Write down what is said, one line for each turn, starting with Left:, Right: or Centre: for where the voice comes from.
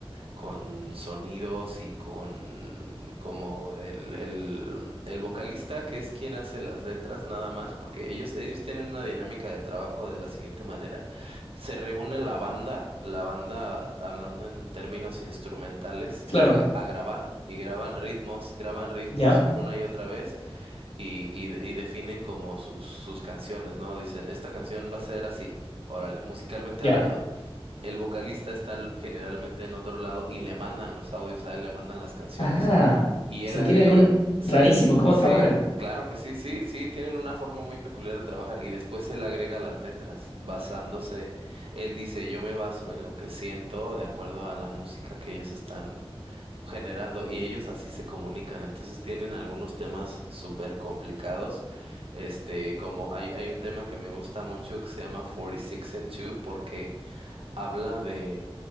Right: con sonidos y con como el, el, el vocalista que es quien hace las letras nada más, porque ellos, ellos tienen una dinámica de trabajo de la siguiente manera. Se reúne la banda, la banda hablando en términos instrumentales,
Left: Claro.
Right: a, a grabar y graban ritmos, graban ritmos
Left: ¿Ya?
Right: una y otra vez y, y, y definen como sus, sus canciones, ¿no? Dicen, esta canción va a ser así. Órale, musicalmente
Left: Ya.
Right: hablando el vocalista está l- generalmente en otro lado y le mandan los audios a él, le mandan las canciones
Left: Ah,
Right: y
Left: o
Right: él
Left: sea,
Right: agrega,
Left: tienen un
Right: sí,
Left: rarísimo cómo
Right: sí,
Left: trabajan.
Right: claro que sí, sí, sí, tienen una forma muy peculiar de trabajar y después él agrega las letras basándose, él dice, yo me baso en lo que siento de acuerdo a la música que ellos están generando y ellos así se comunican, entonces tienen algunos temas súper complicados. Este, como hay, hay un tema que me gusta mucho que se llama 46 and Two porque habla de,